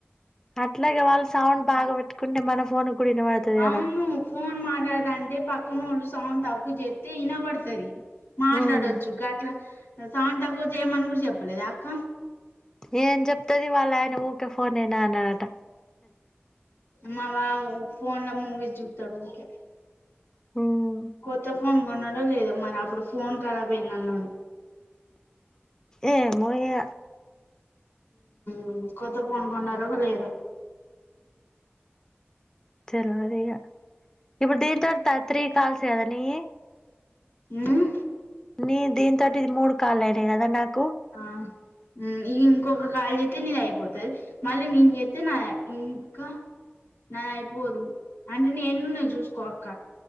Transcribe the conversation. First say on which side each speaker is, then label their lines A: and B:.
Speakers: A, on the left; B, on the left.
A: అట్లాగే వాళ్ళు సౌండ్ బాగా పెట్టుకుంటే మన ఫోన్ కూడా వినబడుతది
B: అవును
A: కదా
B: ఫోన్ మాట్లాడద అంటే పక్కనోళ్ళు సౌండ్ తక్కువ చెత్తే ఇనబడుతది మాట్లాడొచ్చు
A: ఉమ్
B: గట్లా సౌండ్ తక్కువ చేయమని కూడా చెప్పలేద అక్క
A: ఏం చెప్తది వాళ్ళ ఆయన ఊకె ఫోన్నేనా అన్నడట
B: మా మావ ఫోన్ లో మూవీస్ జుత్తడు ఊకె
A: ఉమ్
B: కొత్త ఫోన్ కొన్నాడు లేదో మరి అప్పుడు ఫోన్ కారబ్ అయిందన్నడు
A: ఏమో ఇగ
B: ఉమ్ కొత్త ఫోన్ కొన్నారో లేదో
A: తెలవదిగా, ఇప్పుడు దీంతో త త్రీ కాల్స్ కదా నియ్యి
B: ఉమ్
A: నియి దానితోటి మూడు కల్లు అయినా కదా నాకు
B: ఆ ఉమ్ ఇంకొక కాల్ జేతే నిది అయిపో పోతుది మళ్ళ నెన్ జేతే నాయి అయిపో నాయి ఇంకా నాయి అయిపోదు అంటే నే ఎన్నున్నాయి చూసుకో అక్క